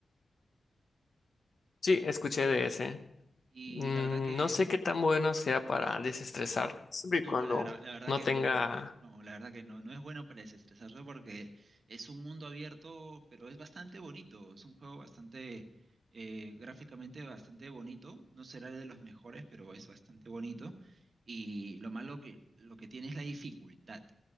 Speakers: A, on the left; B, on the right.
A: Sí, escuché de ese.
B: Y
A: Mm,
B: la verdad que
A: no sé
B: es un
A: qué tan bueno sea para desestresar, siempre y
B: No,
A: cuando
B: la, verdad- la verdad
A: no
B: que
A: tenga...
B: no. No, la verdad que no. No es bueno para desestresarse porque es un mundo abierto, pero es bastante bonito. Es un juego bastante, eh, gráficamente bastante bonito. No será de los mejores, pero es bastante bonito. Y lo malo que, lo que tiene es la dificultad.